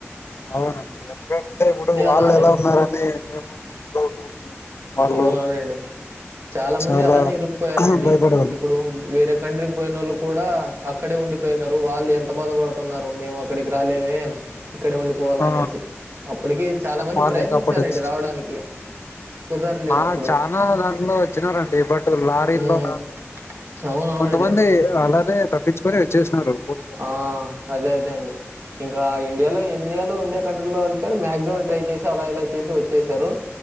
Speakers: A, on the left (about 60°); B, on the right (about 60°).
A: అవునండి ఎందుకంటే ఇప్పుడు వాళ్ళు
B: అలా
A: ఎలా ఉన్నారని మేము మేము ఎలా ఉన్నా వాళ్ళు
B: అవునవునండి. మంది
A: చాలా
B: అలానే ఇరుక్కుపోయారండి.
A: భయపడ
B: ఇప్పుడు వేరే కంట్రీకి పోయిన వాళ్ళు కూడా అక్కడే ఉండిపోయిన వాళ్ళు ఎంత బాధపడుతున్నారు మేము అక్కడికి రాలేమే ఇక్కడ ఉండిపోవాల
A: ఆ!
B: అనేసి అప్పటికి చాలా మంది
A: వాళ్ళు
B: ప్రయత్నించారండి
A: ఇంకా అప్పుడు వచ్చి-
B: రావడానికి కుదరలేదు
A: ఆ
B: అప్పుడు.
A: చాలా దాంట్లో వచ్చినారండి బట్ లారీల్లో
B: హ్మ్. అవునవునండి.
A: కొంతమంది అలానేే తప్పించుకుొని వచ్చేసినన్నారు
B: ఆ అదే అదే అండి ఇంకా ఇండియాలో ఇండియాలో ఉండే కంట్రీలో వెళ్తేారు మాక్సిమం ట్రై చేసి అలా ఇలా చేసి వచ్చేసారు